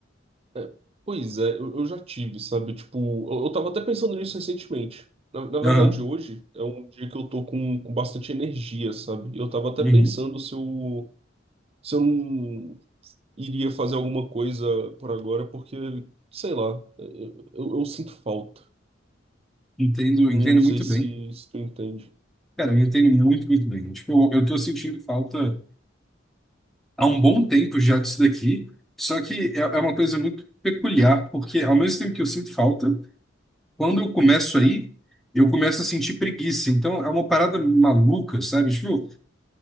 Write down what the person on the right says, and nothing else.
é, pois é, eu, eu já tive, sabe? Tipo, eu, eu tava até pensando nisso recentemente. Na, na
verdade, hoje é um dia que eu tô com, com bastante energia, sabe? E eu tava até
pensando se eu, se eu não iria fazer alguma coisa por agora, porque, sei lá, é, eu, eu, eu sinto falta.
Não
sei
se,
se tu entende.